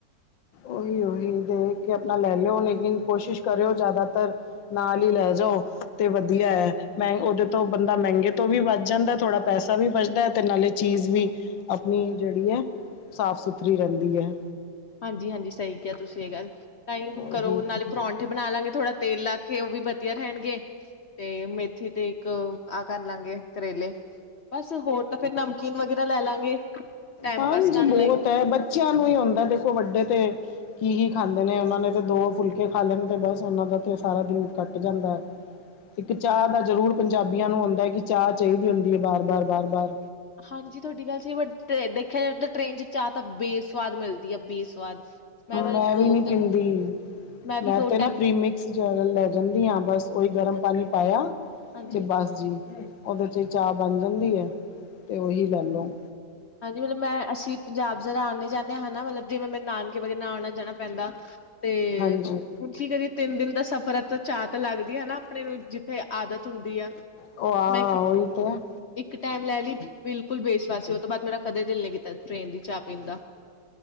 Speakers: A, on the left; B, on the left.
A: ਓਹੀ- ਓਹੀ ਦੇਖ ਕੇ ਆਪਣਾ ਲੈ ਲਿਓ ਲੇਕਿਨ ਕੋਸ਼ਿਸ਼ ਕਰਿਓ ਜ਼ਿਆਦਾਤਰ ਨਾਲ ਹੀ ਲੈ ਜਾਓ ਤੇ ਵਧੀਆ ਹੈ ਮੈਂ ਉਹਦੇ ਤੋਂ ਬੰ ਮਹਿੰਗੇ ਤੋਂ ਵੀ ਬਚ ਜਾਂਦਾ ਥੋੜਾ ਪੈਸਾ ਵੀ ਬਚਦਾ ਤੇ ਨਾਲੇ ਚੀਜ਼ ਵੀ ਆਪਣੀ ਜਿਹੜੀ ਹੈ ਸਾਫ ਸੁਥਰੀ ਰਹਿੰਦੀ ਏ।
B: ਹਾਂਜੀ- ਹਾਂਜੀ ਸਹੀ ਕਿਹਾ ਤੁਸੀਂ ਇਹ ਗੱਲ ਤਾਂ ਹੀ ਹੁਣ
A: ਉਹੀ
B: ਘਰੋ ਉਹ ਨਾਲੇ ਪ੍ਰੌ ਪੱਠੇ ਬਣਾ ਲਵਾਂਗੇ ਥੋੜਾ ਤੇਲ ਲਾ ਕੇ ਉਹ ਵੀ ਵਧੀਆ ਰਹਿਣਗੇ ਤੇ ਮੇਥੀ ਤੇ ਇੱਕ ਆਹ ਕਰ ਲਾਂਗੇ ਕਰੇਲੇ ਬਸ ਹੋਰ ਤਾਂ ਫਿਰ ਨਮਕੀਨ ਵਗੈਰਾ ਲੈ ਲਾਂਗੇ ਟਾਈਮ
A: ਹਾਂਜੀ
B: ਪਾਸ ਕਰਨ
A: ਬਹੁਤ
B: ਲਈ।
A: ਹੈ ਬਟ ਬੱਚਿਆਂ ਨੂੰ ਹੀ ਆਉਂਦਾ ਦੇਖੋ ਵੱਡੇ ਤੇ ਕੀ ਹੀ ਖਾਂਦੇ ਨੇ ਉਹਨਾਂ ਨੇ ਤਾਂ ਦੋ ਫੁਲਕੇ ਖਾ ਲੈਣ ਅਤੇ ਬਸ ਉਹਨਾਂ ਦਾ ਤਾਂ ਸਾਰਾ ਦਿਨ ਕੱਟ ਜਾਂਦਾ। ਇੱਕ ਚਾਹ ਦਾ ਜ਼ਰੂਰ ਪੰਜਾਬੀਆਂ ਨੂੰ ਆਉਂਦਾ ਹੈ ਕਿ ਚਾਹ ਚਾਹੀਦੀ ਹੁੰਦੀ ਹੈ ਬਾਰ-ਬਾਰ-ਬਾਰ ਬਾਰ
B: ਹਾਂਜੀ ਤੁਹਾਡੀ ਗੱਲ ਸੀ ਬਟ ਦੇਖਿਆ ਜਾਵੇ ਤਾਂ ਟ੍ਰੇਨ 'ਚ ਚਾਹ ਤਾਂ ਬੇਸਵਾਦ ਮਿਲਦੀ ਹੈ ਬੇਸਵਾਦ ਮਤਲਬ
A: ਮੈਂ ਵੀ
B: ਦੋ
A: ਨੀ
B: ਤਿੰਨ
A: ਪੀਂਦੀ
B: ਵੀ
A: ਮੈਂ
B: ਦੋ
A: ਤੇ ਨਾ
B: ਟਾਈਮ
A: ਪ੍ਰੀਮਿ ਜ ਲੈ ਜਾਂਦੀ ਹਾਂ ਬਸ ਓਹੀ ਗਰਮ ਪਾਣੀ ਪਾਇਆ
B: ਹਾਂਜੀ
A: ਤੇ ਬਸ ਜੀ। ਉਹਦੇ 'ਚ ਹੀ ਚਾਹ ਬਣ ਜਾਂਦੀ ਹੈ ਅਤੇ ਉਹੀ ਲੈ ਲਉ।
B: ਹਾਂਜੀ ਮਤਲਬ ਮੈਂ ਅਸੀਂ ਪੰਜਾਬ ਜ਼ਰਾ ਆਉਣੇ ਜਾਂਦੇ ਹਨਾ ਮਤਲਬ ਜਿਵੇਂ ਮੇਰੇ ਨਾਨਕੇ ਵਗੈਰਾ ਨਾਲ ਆਉਣਾ ਜਾਣਾ ਪੈਂਦਾ। ਤੇ
A: ਹਾਂਜੀ
B: ਹਕ ਕਦੀਏ ਤਿੰਨ ਦਿਨ ਦਾ ਸਫ਼ਰ ਹੈ ਤਾਂ ਚਾਅ ਤਾਂ ਲੱਗਦੀ ਹਨਾ ਆਪਣੇ ਨੂੰ ਜਿੱਥੇ ਆਦਤ ਹੁੰਦੀ ਆ
A: ਉਹ ਆ
B: ਮੈਂ ਇੱਕ
A: ਉਹੀ ਤੇ ਹੈ
B: ਇੱਕ ਟਾਈਮ ਲੈ ਲਈ ਬਿਲਕੁਲ ਬੇਸ਼ਵਾਾਸੀ ਉਹ ਤੋਂ ਬਾਅਦ ਮੇਰਾ ਕਦੇ ਦਿਲ ਨ ਨਹੀਂ ਕੀਤਾ ਟ੍ਰੇਨ ਦੀ ਚਾਹ ਪੀਣ ਦਾ